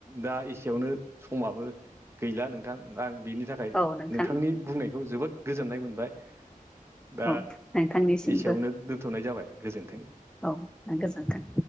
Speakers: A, on the right (about 15°); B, in the centre.
A: दा एसेयावनो समाबो गैला नोंथां आं बेनि थाखाय
B: औ नोंथां
A: नोंथांनि बुंनायखौ जोबोद गोजोननाय मोनबाय दा
B: औ नोंथा निसिमबो
A: एसेयावनो दोनथ'नाय जाबाय गोजोन्थों
B: औ गोजोन्थों